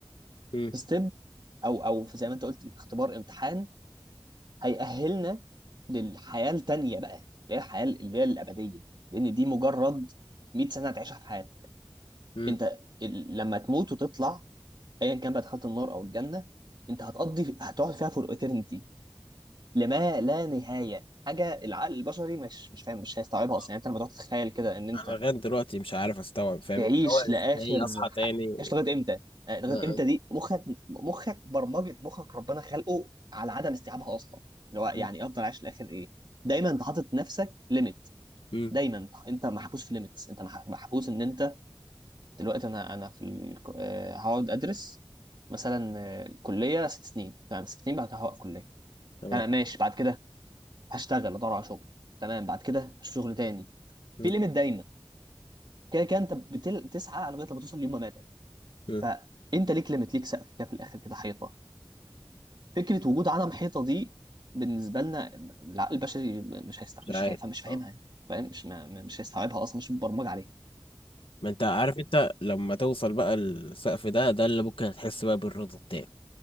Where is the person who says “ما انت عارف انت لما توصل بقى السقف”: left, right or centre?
Left